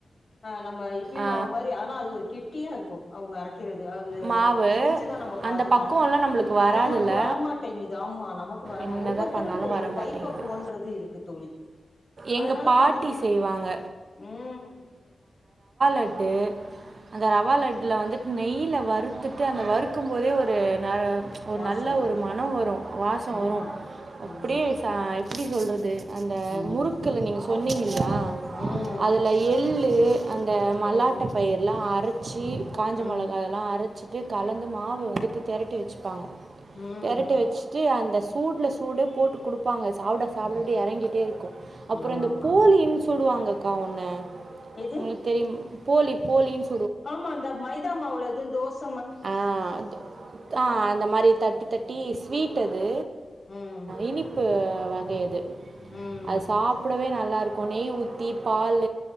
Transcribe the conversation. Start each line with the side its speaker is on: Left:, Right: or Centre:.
Left: ஆஹ் நம்ப இட்லி
Right: ஆ
Left: மாவு மாரி ஆனா அது ஒரு கிட் ட்டியா இருக்கும் அவ்ங்க அரைக் க்கிறது அது
Right: மாவு
Left: அவுங்க செஞ்சுதான் நம்ப பாத்துருக்கோம்
Right: அந்த பக்குவம்லாம்
Left: அது
Right: நம்மளுக்கு வராதுல்ல
Left: நமக்கு வரமாட்டேங்குது ஆமா நமக்கு வர
Right: என்னதான்
Left: மா ஒவ்வொருத்தவங்களுக்கு
Right: பண்ணாலும்
Left: ஒவ்வொரு
Right: வர மாட்டேங்குது
Left: இது ப்பக்குவொன்றது இருக்கு தோழி
Right: எங்கள்
Left: அதனால
Right: பாட்டி
Left: பாத்தீங்கன்னா
Right: செய்வாங்க
Left: உம்
Right: க்கட்டு அந்த ரவா லட்ல வந்து நெய்யில வறுத்துட்டு அந்த வறுக்கும் போதே ஒரு ந ஒரு
Left: வாசோ
Right: நல்ல
Left: வரு
Right: ஒரு மனம் வரும் வாசோ
Left: ஆமா
Right: வரும் அப்டியே
Left: ம்
Right: சா எப்டி சொல்றது அந்த
Left: ம்
Right: முறுக்குல நீங்க சொல் கொன்னீங் ப்படியா
Left: ம்
Right: அதுல எள் தே அந்த
Left: ம்
Right: மல்லாட்ட பயிரெலா அரை சீ காஞ்ச
Left: ம்
Right: மொளக ல்லாம் அர் அரச்சிட்டு கலந்து மாவு வந்துட்டு திரட்டி வச்சுப்பாங்க
Left: ம்
Right: தெரட்டி வச் தி அந்த சூடல சூடே போட்டு குடுப்பாங்க சாப்டசாப்ட
Left: ம்
Right: இறங்கிட்டே இருக்கும் அப்புறோம
Left: ஆமாமா
Right: இந்த போலின் சுடுவாங்கக்கா ஒன்னு
Left: எது
Right: ங்களுக்கு தெரியு போலி போலியின்
Left: ஆமா அந்த மைதா மாவுள எதும் தோசை
Right: ஆஹ அந்த மாரி தட்டி தட்டி ஸ்வீட் அது
Left: ம்
Right: இனிப்பு இனிப்பு வகையது
Left: ம்
Right: அது சாப்பிடவே நல்லா இருக்கும் நெய் ஊத்தி பால்